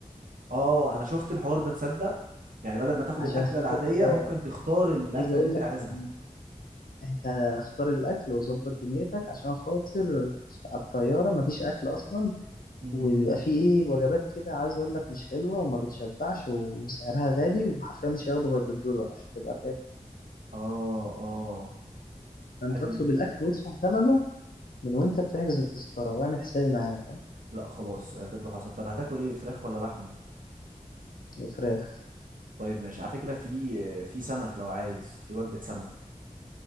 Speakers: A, on the right; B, on the left.
A: اه انا شفت الحوار ده تصدق يعني بدل ما تاخد
B: عشان
A: الاكلة
B: خاطر
A: العادية
B: آه،
A: ممكن تختار الاكلة
B: عايز اقول
A: اللي انت
B: لك
A: عايزها
B: إن انت اختار الاكل وظبط دنيتك عشان خاطر على الطياره مفيش اكل اصلا
A: امم
B: وبيبقى فيه ايه وجبات كده عايز اقول لك مش حلوه وما بتشبعش وسعرها غالي وحرفيا مش هياخدوا غير بالدولار عشان تبقى فاهم
A: اه اه
B: فأنت
A: حلو
B: اطلب
A: ان انت
B: الأكل وادفع ثمنه من وأنت بتحجز التذكرة واعمل حسابي معاك ها؟
A: لا خلاص اعتبره حصل طب هتاكل ايه فراخ ولا لحمه
B: الفراخ
A: طيب ماشي على فكره في في سمك لو عايز في وجبه سمك